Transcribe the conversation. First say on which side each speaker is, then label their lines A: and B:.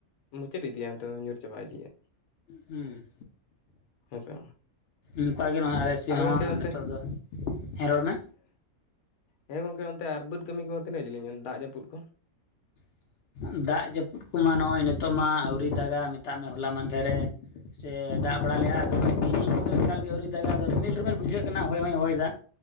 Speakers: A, on the left; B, on the left.
A: ᱢᱩᱪᱟᱹᱫ ᱤᱫᱤ ᱭᱮᱱᱛᱮ ᱫᱚ ᱧᱩᱨ ᱪᱟᱵᱟ ᱤᱫᱤᱜ-ᱟ
B: ᱦᱩᱸ
A: ᱦᱮᱸ ᱥᱮ
B: ᱱᱚᱝᱠᱟ ᱜᱤ ᱱᱚᱜ-ᱚᱭ ᱟᱞᱮ ᱥᱮᱫ
A: ᱟᱨ ᱜᱚᱝᱠᱮ
B: ᱦᱚᱸ
A: ᱚᱱᱛᱮ
B: ᱱᱤᱛᱚᱜ ᱫᱚ ᱦᱮᱸ ᱨᱚᱲ ᱢᱮ
A: ᱦᱮᱸ ᱜᱚᱝᱠᱮ ᱚᱱᱛᱮ ᱟᱨ ᱵᱟᱹᱫᱽ ᱠᱟᱹᱢᱤ ᱠᱚ ᱛᱤᱱᱟᱹᱜ ᱡᱤᱞᱤᱧ-ᱟ ᱫᱟᱜ ᱡᱟᱹᱯᱩᱫ ᱠᱚ
B: <inaudible> ᱫᱟᱜ ᱡᱟᱹᱯᱩᱫ ᱠᱚᱢᱟ ᱱᱚᱜᱼᱚᱭ ᱱᱤᱛᱚᱜ ᱢᱟ ᱟᱹᱣᱨᱤ ᱫᱟᱜ-ᱟᱭ ᱢᱮᱛᱟᱜ ᱢᱮ ᱦᱚᱞᱟ ᱢᱟᱫᱷᱮᱨ ᱨᱮ ᱥᱮ ᱫᱟᱜ ᱵᱟᱲᱟ ᱞᱮᱫᱼᱟ ᱟᱫᱚ ᱛᱤᱦᱤᱧ ᱫᱚ ᱮᱠᱟᱞ ᱜᱮ ᱟᱹᱣᱨᱤᱭ ᱫᱟᱜᱼᱟ ᱟᱫᱚ ᱨᱤᱢᱤᱞ ᱨᱤᱢᱤᱞ ᱵᱩᱡᱷᱟᱹᱜ ᱠᱟᱱᱟ ᱦᱚᱭ ᱦᱚᱸᱭ ᱦᱚᱭ ᱮᱫᱟ